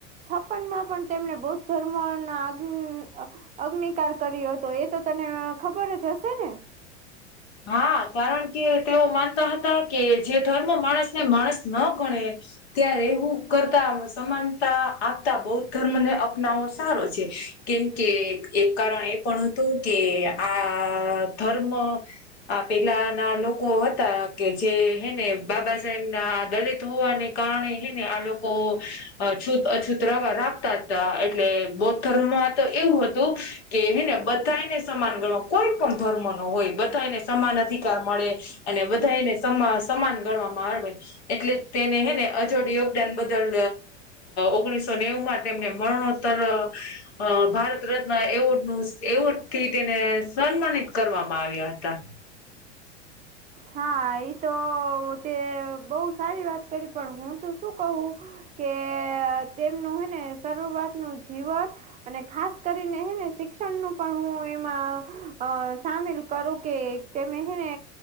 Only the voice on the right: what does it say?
છપનમાં પણ તેમણે બૌદ્ધ ધર્મના આન અગ્નિકાર કર્યો હતો એ તો તને ખબર જ હશે ને?
હા એ તો તે બહ સારી વાત કરી પણ હું તો શું કહું કે તેમનું હેને શરૂઆત નું જીવન અને ખાસ કરીને હે ને શિક્ષણ નું પણ હું એમાં અ સામેલ કરું કે તેમે હેને